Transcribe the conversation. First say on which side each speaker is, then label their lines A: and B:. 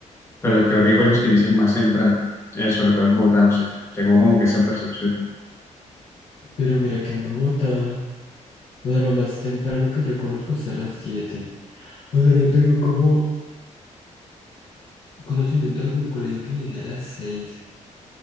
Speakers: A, on the left (about 20°); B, on the left (about 45°).
A: pero creo que hay colegios que inician más temprano, eh, sobre todo en Bogotá, no sé, tengo como que esa percepción.
B: Pero mira que en Bogotá, o sea, lo más temprano que yo conozco es a las siete O sea, no tengo como conocimiento de algún colegio que inicie a las seis